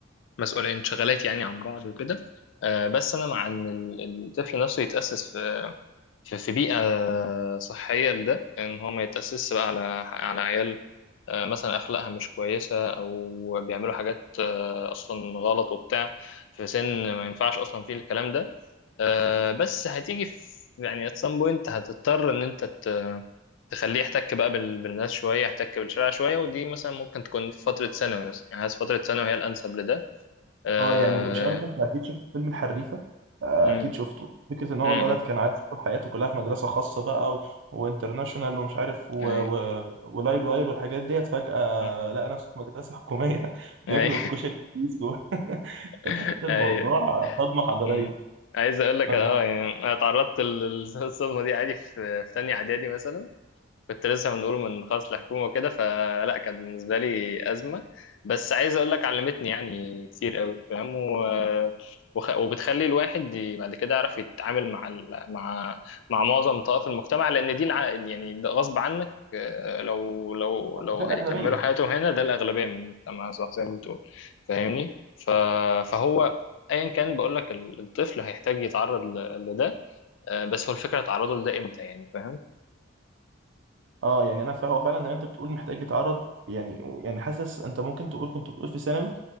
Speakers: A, on the left; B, on the right.
A: مسؤولين انشغالات يعني عن بعض وكده آه، بس انا مع ان ال- الطفل نفسه يتاسس في في في بيئه صحيه لده ان هو ما يتاسس بقى على على عيال آه، مثلا اخلاقها مش كويسه او بيعملوا حاجات آه، اصلا غلط وبتاع في سن ما ينفعش اصلا فيه الكلام ده آه، بس هتيجي في يعني at some point هتضطر ان انت ت- تخليه يحتك بقى بال- بالناس شويه يحتك بالشارع شويه ودي مثلا ممكن تكون في فتره ثانوي مثلا يعني حاسس فتره ثانوي هي الانسب لده آه،
B: اه يعني مش عارف انت اكيد شفت فيلم الحريفه آه،
A: امم
B: اكيد شفته فكره ان هو
A: امم
B: الولد كان عايز طول حياته كلها في مدرسه خاصه بقى و... وانترناشونال ومش عارف و...
A: اي
B: و... ولايل وايل والحاجات ديت فجاه
A: مم.
B: لقى نفسه في مدرسه حكوميه <laughs> بياكلوا
A: اي
B: الكشري <laughs> دول
A: <laughs>
B: فتحس الموضوع
A: اي
B: صدمه حضاريه
A: امم عايز اقول لك
B: فالم...
A: اه يعني انا اتعرضت <laughs> للصدمه دي عادي في في تانية اعدادي مثلا كنت لسه بنقول من خاص الحكومة وكده فلا كانت بالنسبة لي أزمة بس عايز أقول لك علمتني يعني كتير قوي فاهم و... وخ... وبتخلي الواحد ي- بعد كده يعرف يتعامل مع ال... مع مع معظم طوائف المجتمع لأن دي الع... يعني ده غصب عنك آه، لو لو لو
B: ده الاغلبيه
A: هيكملوا حياتهم هنا ده الأغلبية من المجتمع صح زي ما بتقول فاهمني ف... فهو ايا كان بقول لك ال- الطفل هيحتاج يتعرض ل... لده آه، بس هو الفكرة تعرضه لده امتى يعني فاهم؟
B: اه يعني انا فهو فعلا زي ما انت بتقول محتاج يتعرض يعني يعني حاسس انت ممكن تقول كنت بتقول في ثانوي